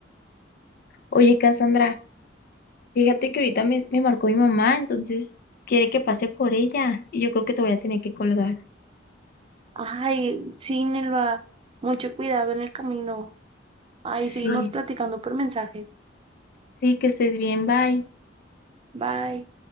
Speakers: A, on the left (about 55°); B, on the right (about 30°).
A: Oye, Cassandra, fíjate que ahorita me, me marcó mi mamá, entonces quiere que pase por ella y yo creo que te voy a tener que colgar.
B: Ay, sí, Nelva, mucho cuidado en el camino. Ahí
A: Sí.
B: seguimos platicando por mensaje.
A: Sí, que estés bien, bye.
B: Bye.